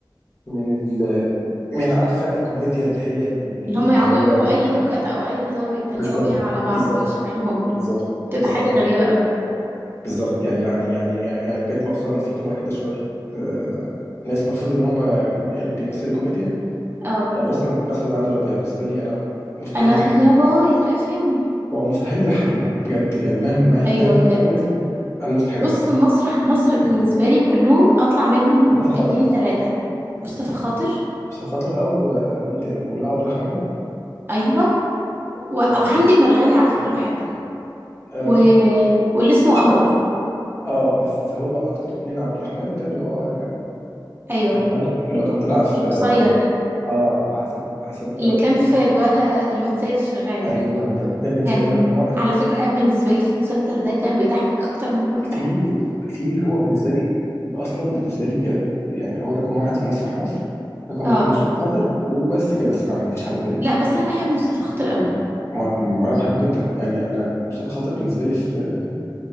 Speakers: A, on the left; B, on the right.
A: من ال... من عارفه الكوميديا اللي هي ال-
B: اللي هم
A: اللي
B: يقعدوا
A: هو
B: يقولوا
A: يعني
B: اي نكت او اي هزار ويتريقوا
A: بالظبط
B: بيها على بعض
A: بالظبط
B: على شكلهم
A: بالظبط
B: بتبقى
A: بالظبط
B: حاجة غريبة قوي
A: بالظبط يعني يعني يعني يعني يعني بجد مؤخرا في طلع كده شويه آه، ناس المفروض ان هم يعني بيمثلوا كوميديا
B: اه
A: يعني مثلا مثلا علي ربيع بالنسبه لي انا مستحيل
B: انا
A: يضحك
B: يابا يرخم
A: هو مستحيل يضحكني بجد يعني مهما مهما
B: ايوه
A: مهما
B: بجد
A: حاول انا مستحيل
B: بص
A: اضحك
B: مسرح مصر بالنسبة لي كلهم اطلع منهم
A: مصطفى
B: باتنين
A: خاطر
B: تلاتة مصطفى خاطر
A: مصطفى خاطر او آه، مين تاني ولو عبد الرحمن
B: ايوه و-
A: آه،
B: وحمدي مرغني على فكرة بحبه
A: آه،
B: و... واللي اسمه
A: مش
B: انور
A: قوي اه بس هو اكتر اتنين عبد الرحمن ده اللي هو
B: ايوه
A: عبد الرحمن اللي هو كان طلع في
B: القصير ده
A: اه عسل عسل ده
B: اللي كان
A: ده-
B: في الولا الواد سيد الشغال
A: ايوه ده, ده بالنسبه
B: كان
A: لي رقم واحد
B: على فكرة أنا بالنسبة لي في المسلسل ده كان بيضحك أكتر من أحمد
A: كتير
B: فهمي
A: بكتير هو بالنسبه لي اصلا بالنسبه لي بجد يعني هو رقم واحد في مسرح مصر رقم
B: اه
A: اتنين مصطفى خاطر وبس كده الصراحه مفيش حد تاني
B: لا بس أنا بحب مصطفى خاطر قوي
A: ما ما انا بحبه جدا يعني انا مصطفى خاطر بالنسبه لي في